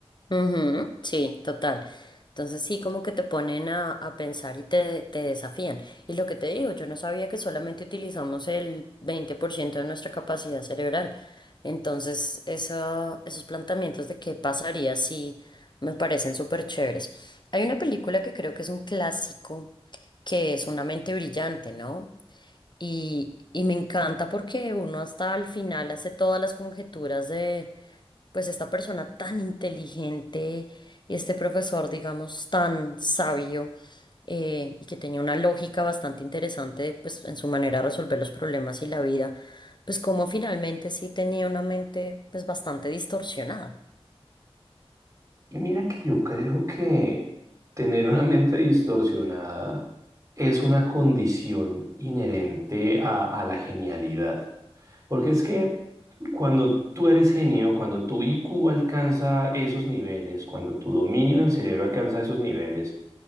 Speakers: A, on the left (about 45°); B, on the right (about 30°).
A: ujú, sí, total. Entonces sí, como que te ponen a, a pensar y te, te desafían. Y lo que te digo, yo no sabía que solamente utilizamos el 20% de nuestra capacidad cerebral. Entonces, eso- esos planteamientos de qué pasaría si me parecen súper chéveres. Hay una película que creo que es un clásico, que es Una mente brillante, ¿no? Y, y me encanta porque uno hasta al final hace todas las conjeturas de, pues, esta persona tan inteligente, este profesor, digamos, tan sabio, eh, y que tenía una lógica bastante interesante, pues, en su manera de resolver los problemas y la vida, pues, como finalmente sí tenía una mente, pues, bastante distorsionada.
B: Y mira que yo creo que tener una mente distorsionada es una condición inherente a, a la genialidad. Porque es que cuando tú eres genio, cuando tu IQ alcanza esos niveles, cuando tu dominio del cerebro alcanza esos niveles,